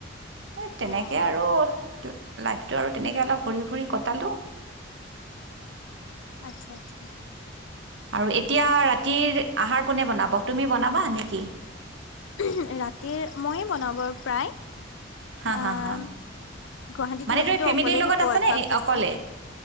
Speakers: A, on the right; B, on the left.
A: এ তেনেকে
B: অ অ
A: আৰু লাইফটো আৰু তেনেকৈ অলপ ঘূৰি-ফুৰি কটালোঁ।
B: আচ্ছা-আচ্ছা,
A: আৰু এতিয়া ৰাতিৰ আহাৰ কোনে বনাব তুমি বনাবা নেকি?
B: ৰাতিৰ মইয়েই বনাব প্ৰায়
A: হা
B: অঁ
A: হা হা
B: গুৱাহাটীত
A: মানে
B: থাকোতেতো
A: তুমি ফেমিলিৰ
B: অকলে
A: লগত
B: থাকো
A: আছা
B: অভ্যাস
A: নে অকলে
B: আছে,